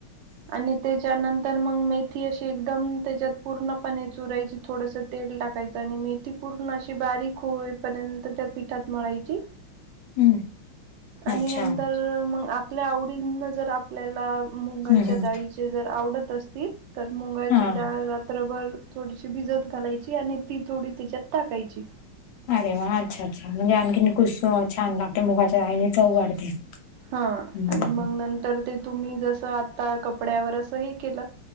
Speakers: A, on the right; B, on the left.
A: आणि त्याच्यानंतर मग मेथी अशी एकदम त्याच्यात पूर्णपणे चुरायची थोडस तेल टाकायचं आणि मीठ ती पूर्ण अशी बारीक होईपर्यंत त्या पिठात मळायची
B: हम्म.
A: आणि
B: अच्छा
A: नंतर मग आपल्या आवडींना जर आपल्याला मुंगाच्या
B: हम्म हम्म
A: डाळीचे जर आवडत असतील तर मुंगाची
B: हा
A: डाळ रात्रभर थोडीशी भिजत घालायची आणि ती थोडी त्याच्यात टाकायची
B: अरे वा अच्छा अच्छा म्हणजे आणखीन कुस छान लागते मुगाच्या चव वाढते
A: हा
B: हम्म
A: आणि मग नंतर ते तुम्ही जस आता कपड्यावर असं ही केलं